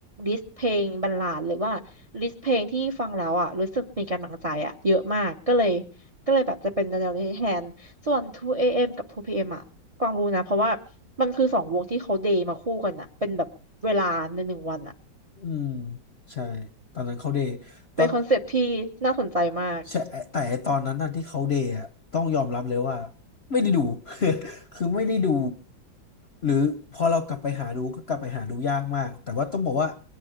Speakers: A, on the right; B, on the left.
A: ลิสต์เพลงบรรลาดหรือว่าลิสต์เพลงที่ฟังแล้วอ่ะรู้สึกมีกำลังใจอ่ะเยอะมากก็เลยก็เลยแบบจะเป็นแนวนี้แทนส่วน2 AM กับ2 PM อมอ่ะกวางรู้นะเพราะว่ามันคือสองวงที่เขาเดย์มาคู่กันอ่ะเป็นแบบเวลาในหนึ่งวันอ่ะ
B: อืมใช่ตอนนั้นเขาเดย์ตอน
A: เป็นคอนเซปต์ที่น่าสนใจมาก
B: ใช่แต่ไอ้ตอนนั้นน่ะที่เขาเดย์อะต้องยอมรับเลยว่าไม่ได้ดู <laughs> คือไม่ได้ดูหรือพอเรากลับไปหาดูก็กลับไปหาดูยากมากแต่ว่าต้องบอกว่า